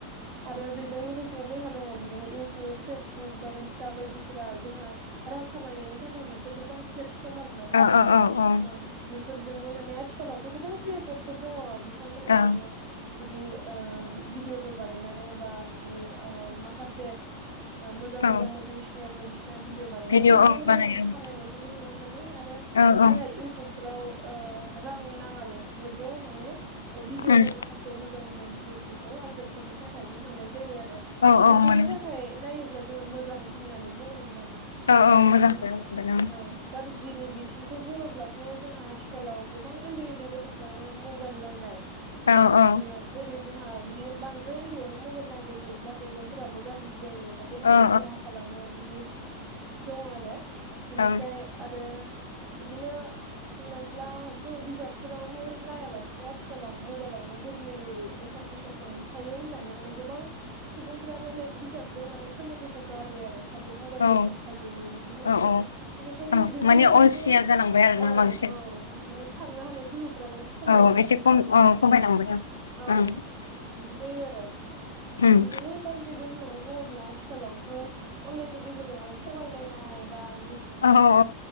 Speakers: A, on the right; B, on the left.
A: आरो बेजों लोगोसे जोंहा दङ बिदिनो इउटुब फेसबुक बा इनस्टा बायदि फोरा जोंना रां खामायनायनि थाखाय मोनसे मोजां फ्लेत प्रम आरोना बेफोरो
B: औ औ औ औ ओं
A: ओ बेफोरजों माने आथिलावथ माने गोबां क्रियेटरफोर दङ ब थांमोना
B: ओं
A: माने बिदि ओ भिडिअफोर बानायनानै बा बिदि ओ माखासे ओ मोजां मोज
B: औ
A: मटिभेसनेल बायदि ना भिडिअ बानायनानै
B: भिडिअ
A: गोबां
B: ओं बानायो
A: रां <unintelligible> नुनो मोनो आरो
B: औ औ
A: जोंहा युत्युबफोराव रां ओ नाङा लासिनोबो माने भिडिअफोर
B: उम
A: माखासे मोजां मोजां भिडिअफोरखौ आनजादफोरनि थाखायबो मोननाय जायो
B: औ औ
A: बेफोरनि
B: मोनो
A: थाखाय नायोब्ला जोङो मोजां होननानै बुंनांगोन आरो
B: औ औ
A: आरो
B: मोजांखौनो मोनगोन
A: औ गार जिनि बिथिंखौ बुङोब्लाथ जोंहा आथिखालाव गोबां उन्दै उन्दै गथ'फ्रानो मबाइल नायनाय
B: ओं
A: ओ
B: औ
A: जों जेरै जोंहा बिदि बांद्राय उन्दैयावनो मबाइल नायबाय थायोब्ला मेगनफोराबो गाज्रि जायो देहाखौ
B: औ
A: खहा खालामो बिदि दं आरो बेनिफ्राय
B: औ ओं
A: आरो बिदिनो हमनानै ला जोङो बिजाबफोरावहाय नायालासिनो आथिखालाव मबाइलावनो गोरलैयै एन्सार कुइसनखौ मोनखायो होनानै माने गोबां सुबुं फोरानो बिजाबजों माने सोमोन्दोखौ गारबाय आरो खालि मबाइलावनो
B: ओं
A: मोनखाजोबो बिदि बेनिखायनो
B: औ औ औ
A: बेफोरबायदिजों
B: माने अलसिया जालांबाय आरो
A: औ
B: ना बांसिन
A: औ माने साननो हानाय गोहोफोरा माने खमायनाय
B: औ एसे
A: बेफोरबायदि
B: खम औ
A: ताइपनि
B: खमायलांबाय ओं
A: औ
B: ओं
A: बिदि जायो आरो
B: उम
A: बिदिनो गाज्रि गुन होननानै बुंब्ला आथिखालावथ अनलाइननि गेजेरजों थगायलायनाय बा बि
B: औ औ